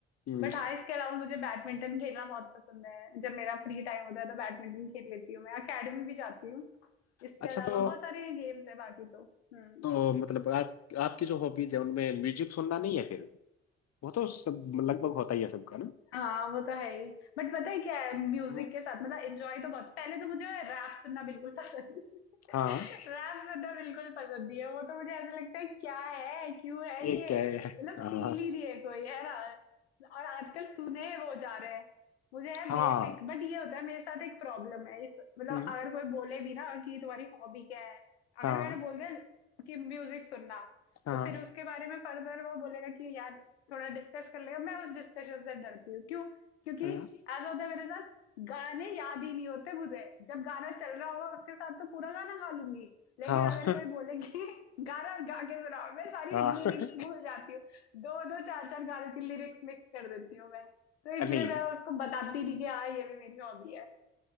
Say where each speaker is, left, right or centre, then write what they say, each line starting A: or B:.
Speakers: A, on the left (about 55°); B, on the left (about 85°).
A: हम्म,
B: बट हाँ इसके अलावा मुझे बैडमिंटन खेलना बहुत पसंद है जब मेरा फ्री टाइम होता है तो बैडमिंटन खेल लेती हूँ मैं अकेडमी भी जाती हूँ इसके
A: अच्छा
B: अलावा
A: तो
B: बहुत सारे गेम्स है बाकी तो हम्म
A: तो मतलब आप आपकी जो हॉबीज है उनमें म्यूजिक सुनना नहीं है फिर वो तो सब लगभग होता ही है सबका ना
B: हाँ वो तो है ही बट पता है क्या है म्यूजिक
A: हम्म,
B: के साथ मतलब एंजॉय तो बहुत पहले तो मुझे रैप सुनना बिल्कुल पसंद <laughs>
A: हाँ
B: रैप सुनना बिल्कुल पसंद नहीं है वो तो मुझे ऐसा लगता है क्या है क्यों है
A: ये
B: ये
A: क्या
B: मतलब
A: है हाँ
B: फील ही नहीं है कोई है ना और आजकल सुने वो जा रहे हैं मुझे है
A: हाँ
B: बेसिक बट ये होता है मेरे साथ एक प्रॉब्लम है इस मतलब
A: हम्म,
B: अगर कोई बोले भी ना कि तुम्हारी हॉबी क्या है अगर
A: हाँ
B: मैंने बोल दिया कि म्यूजिक सुनना
A: हाँ
B: तो फिर उसके बारे में फर्दर वो बोलेगा कि यार थोड़ा डिस्कस कर लेगा मैं उस डिस्कशन से डरती हूँ क्यों क्योंकि
A: हाँ
B: ऐसा होता है मेरे साथ गाने याद ही नहीं होते मुझे जब गाना चल रहा होगा उसके साथ तो पूरा गाना गा लूंगी लेकिन
A: हाँ
B: अगर कोई बोले कि <laughs> गाना गा के सुनाओ मैं सारी
A: हाँ
B: लिरिक्स
A: हाँ,
B: भूल जाती हूँ दो दो चार चार गानों की लिरिक्स मिक्स कर देती हूँ मैं तो इसलिए
A: नहीं
B: मैं उसको बताती नहीं कि हाँ ये भी मेरी हॉबी है